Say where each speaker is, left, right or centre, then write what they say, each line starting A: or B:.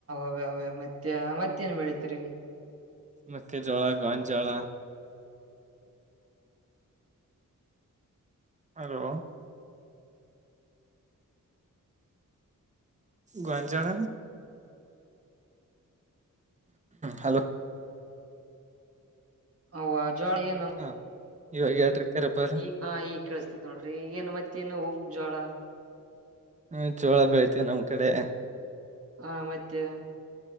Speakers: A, on the right; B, on the right.
A: ಅವೇ ಅವೇ ಮತ್ತೆ ಮತ್ತೇಏನ್ ಬೆಳತ್ರಿ
B: ಮಕ್ಕೆೆ ಜೋಳ ಗಾನ್ ಜೋಳ ಹಲೋ ಗುಂಚಳ ಹಲೋ
A: ಹಾ ಜೋಳ ಏನು
B: ಹ ಇವಾಗ ಹೇಳ್ರಿ ಕರಪರ್
A: ಈ ಹಾ ಈಗ ಕೇಳಸ್ತೇತ್ ನೋಡ್ರಿ ಏನು ಮತ್ತೆ ನಾವು ಜೋಳ
B: ಹ್ಮ ಜೋಳ ಬೆಳ್ತವಿ ನಮ್ ಕಡೆ
A: ಹಾ ಮತ್ತೆ